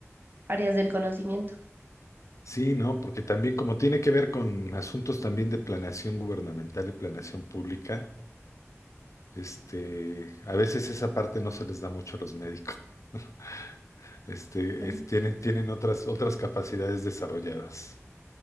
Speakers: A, on the right; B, on the left.
A: áreas del conocimiento.
B: sí, ¿no? Porque también como tiene que ver con asuntos también de planeación gubernamental y planeación pública, este, a veces esa parte no se les da mucho a los médicos. <laughs> Este,
A: Ujú.
B: es- tienen, tienen otras, otras capacidades desarrolladas,